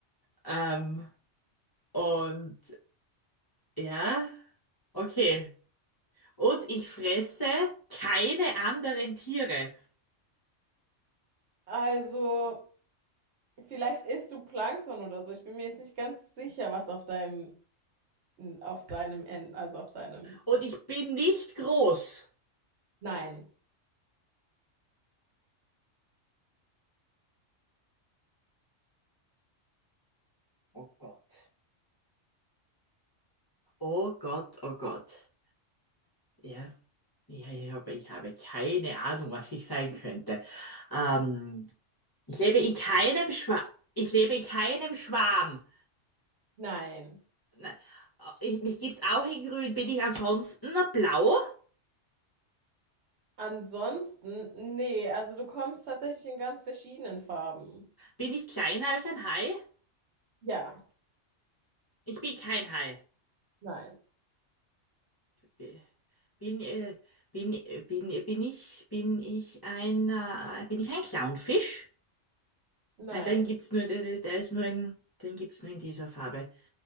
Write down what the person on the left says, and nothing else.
Ähm, und ja, okay. Und ich fresse keine anderen Tiere.
Und ich bin nicht groß.
Oh Gott. Oh Gott, oh Gott. Ja. Ja, ja, aber ich habe keine Ahnung, was ich sein könnte. Ähm, ich lebe in keinem Schwa ich lebe in keinem Schwarm.
Na, äh, Ich, mich gibt's auch in Grün. Bin ich ansonsten blau?
Bin ich kleiner als ein Hai?
Ich bin kein Hai.
B- Bin, äh, bin, äh, bin, äh, bin ich, bin ich ein, äh, bin ich ein Clownfisch?
Nein, den gibt's nur, der, der der ist nur in, den gibt's nur in dieser Farbe.